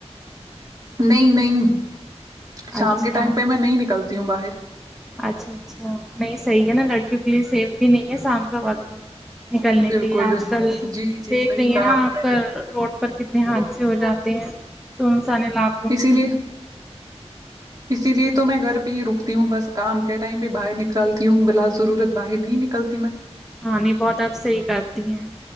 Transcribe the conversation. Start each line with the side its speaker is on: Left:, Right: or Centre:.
Right: نہیں نہیں شام
Centre: اچھا
Right: کے ٹائم پہ میں نہیں نکلتی ہوں باہر
Centre: اچھا اچھا نہیں صحیح ہے نا لڑکیوں کے لیے سیف بھی نہیں ہے شام کا وقت نکلنے
Right: بالکل
Centre: کے لیے
Right: بھی
Centre: آج کل
Right: جی جی
Centre: دیکھ
Right: صحیح
Centre: رہی ہیں
Right: کہا
Centre: نا آپ
Right: نے
Centre: کا روڈ پر کتنے حادثے ہو جاتے ہیں سنسان علاق
Right: اسی لیے اسی لیے تو میں گھر پہ ہی رکتی ہوں بس کام کے ٹائم پہ باہر نکلتی ہوں بلا سضرورت باہر نہیں نکلتی میں
Centre: ہاں نہیں بہت آپ صحیح کرتی ہیں